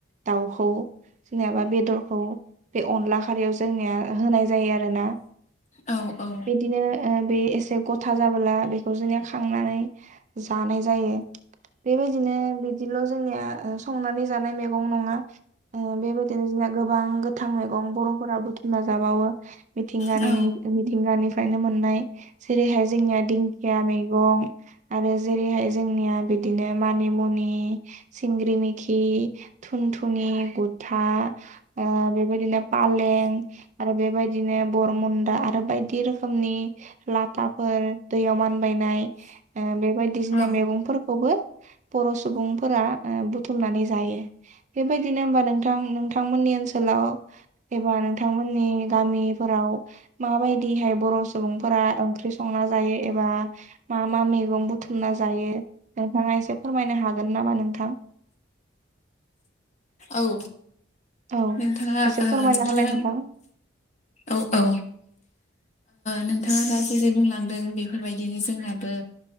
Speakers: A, on the right; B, on the left.
A: दाउखौ। जेनयाबा बेदरखौ बे अनला खारियाव जोंनिया होनाय जायो आरोना।
B: औ औ।
A: बिदिनो बे एसे गथा जाबोला बेखौ जोंनिया खांनानै जानाय जायो बेबायदिनो बिदिल' जोंनिया संनानै जानाय मैगं नङा बेबायदिनो। गोबां गोथां मैगं बर' फोरा बुथुमना जाबावो मिथिंगानि
B: औ
A: मिथिंगानिफ्रायनो मोननाय जेरैहाय जोंनिया दिंखिया मैगं आरो जेरैहाय जोंनिया बिदिनो मानि मुनि सिंग्रि मिखि थुनथुनि गुथा ओ बेबायदिनो पालें। आरो बेबायदिनो बरमुन्दा आरो बायदि रोखोमनि लाफाफोर दैयाव मानबायनाय बेबायायदिसिना
B: औ
A: मैगंफोरखौबो बर' सुबुंफोरा बुथुमनानै जायो। बेबायदिनो हबा नोंथां नोंथांमोननि ओनसोलाव एबा नोंथांमोननि गामिफोराव माबायदिहाय बर' सुबुंफोरा ओंख्रि संनानै। जायो मा मा मै बुथुमना जायो नोंथाङा एसे फोरमायनो हागोन नामा? नोंथां।
B: औ।
A: औ
B: नोंथाङा
A: एसे फोरमायना
B: नोंथाङा
A: होलाय नोंथां।
B: औ औ। नोंथाङा दा जेरै बुंलांदों बेफोरबायदिनो जोंनाबो।